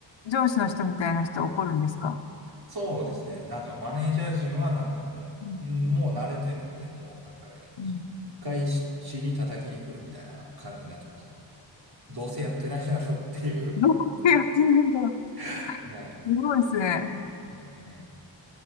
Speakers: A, on the left (about 80°); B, on the right (about 55°).
A: 上司の人みたいな人怒るんですか
B: そうですね。なんかマネージャー陣はなんかもう、
A: うん
B: うんもう慣れてるんで、もうなんか一回し尻叩きに来るみたいな感じになってましたね。
A: うん
B: どうせやってないだろうっていう。
A: どうやってやってるんだろう。
B: <laughs> はい。
A: すごいですね。
B: うん。